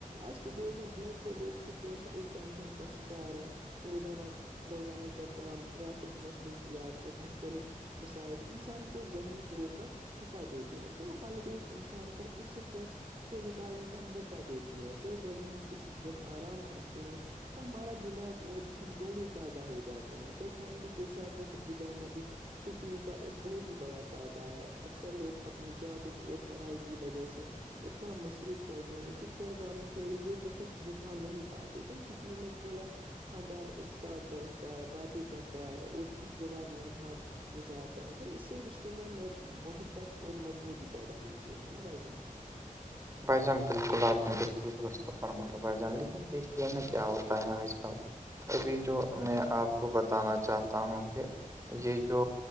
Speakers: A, on the right (about 40°); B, on the right (about 20°).
A: آج کے دور میں بہت سے لوگ اسٹریس اور ٹینشن کا شکار ہے روزانہ روزانے کا کام ٹریفک مصروفیات اور مختلف مسائل انسان کو ذہنی طور پر تھکا دیتے ہیں تو ہالیڈیز انسان کو اس اسٹرس سے نکالنے کا موقع دیتی ہے تو جب ہم کچھ دن آرام کرتے ہیں تو ہمارا دماغ اور جسم دونوں تازہ ہو جاتے ہیں تو فیملی کے ساتھ وقت گزارنا بھی چھٹیوں کا ایک بہت ہی بڑا فائدہ ہے اکثر لوگ اپنی جابس اور پڑھائی کی وجہ سے اتنا مصروف ہوتا ہیں کہ گھر والوں کے لیے وقت نکال نہیں پاتے تو چھٹیوں میں پورا خاندان ایک ساتھ بیٹھتا ہے باتیں کرتا ہے اور خوشگوار لمحات گزارتا ہے تو اس سے رشتوں میں محبت اور مضبوطی پیدا ہوتی ہے نا بھائی جان
B: بھائی جان بالکل آپ نے بالکل دست فرما لو بھائی جان لیکن دیکھیے میں کیا ہوتا ہے آج کل ابھی جو
A: ہاں بھائی
B: میں آپ کو بتانا چاہتا ہوں کہ یہ جو